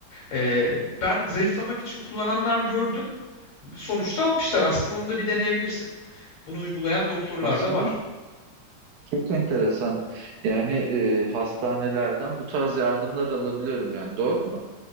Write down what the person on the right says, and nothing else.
Nasıl?
Çok enteresan. Yani e, hastanelerden bu tarz yardımlar alabiliyorum yani. Doğru mu?